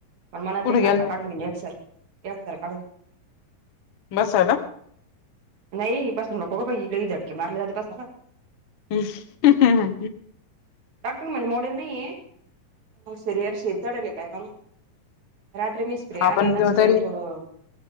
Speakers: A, on the right; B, on the left.
A: पण मनातली
B: कुठे
A: शंका
B: गेलता
A: काढून नेतसर एक्स-रे काढून
B: बस झाल.
A: नाही बसू नको ग बाई लई झटके मारले जाते बसताना.
B: इश्श ह हा हा!
A: डॉक्टर म्हणे मोडल नाहीए मग सुरक्षिल. चढले काय का मग रात्री मी स्प्रे
B: आपण
A: आणला ना स्प्रे
B: तरी
A: थोडं.